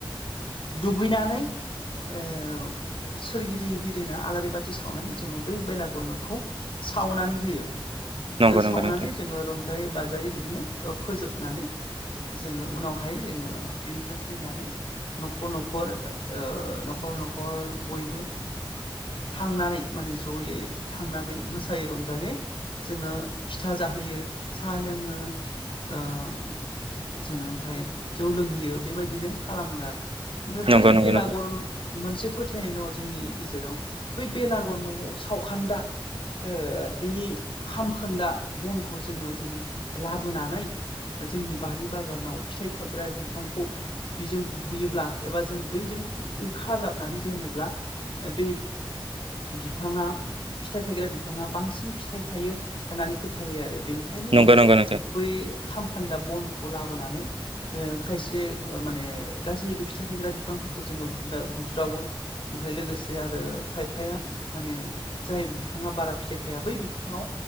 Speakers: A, on the left; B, on the right.
A: दुगैनानै ओ सोरगिदिं गिदिंना आला बाथि सावनानै जोङो बै बेलागुर नखौ सावनानै होयो।
B: नंगौ
A: ओ
B: नंगौ
A: सावनानै
B: नोंथां
A: जोङो रंजा जायै बाजायै बिदिनो फोजोबनानै जोङो उनावहाय जोङो बिनिफ्राय फैनानै नखर नखर ओ नखर नखर बयबो। थांनानै माने जयै थांनानै मोसायै रंजायै जोङो फिथा जाहोयो साहा लोङो जोङो ओ जोंङो ओमफाय जौ लोंहोयो बेबायदिनो खालामो आरो। ओमफ्राय
B: नंगौ
A: बै
B: नंगौ
A: बेलागुर।
B: नोंथां
A: मोनसे फोथायनाय दङ जोंनि गेजेराव। बै बेलागर नआव सावखान्दा ओ बिनि खामखोन्दा बनखौ जोङो जुदि लाबोनानै जोंनि बारि बागानाव फिथाइ थाग्रा बिफांखौ बिजों बुयोब्ला एबा जों बैजों खाजाबनानै दोनोब्ला बे बिफाङा फिथाइ थायग्रा बिफाङा बांसिन फिथाइ थायो होननानै फोथायो आरो बेनिखा यनो
B: नंगौ
A: जोङो
B: नंगौ नोंथां
A: बै खामखान्दा बनखौ लाबोनानै ओ खायसे माने गासैबो फिथाइ थायग्रा बिफांफोरखौ जोङो बुदा बुज्रावो ओमफ्राय लोगोसे आरो खाय फाया माने जाय बिफाङा बारा फिथाइ थाया बै बिफाङाव